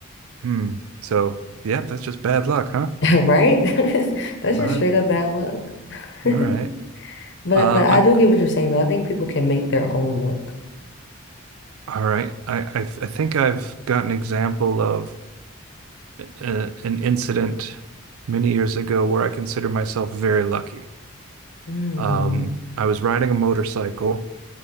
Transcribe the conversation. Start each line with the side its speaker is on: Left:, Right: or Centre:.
Right: Hmm. So yeah, that's just bad luck, huh?
Left: <laughs> Right? <laughs> That's just
Right: Ah,
Left: straight up bad luck. <laughs>
Right: all right.
Left: But
Right: Uh,
Left: but I do
Right: I,
Left: get what you're saying though. I think people can make their own luck.
Right: all right. I, I I think I've got an example of a, an incident many years ago where I consider myself very lucky.
Left: Mm.
Right: Um, I was riding a motorcycle